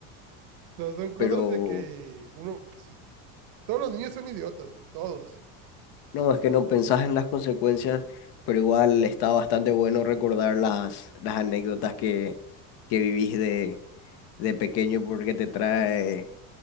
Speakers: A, on the right (about 55°); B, on the left (about 55°).
A: So, son cosas
B: Pero
A: de que uno, pues, todos los niños son idiotas, güey, todos.
B: no, es que no pensás en las consecuencias, pero igual está bastante bueno recordar las, las anécdotas que, que vivís de, de pequeño porque te trae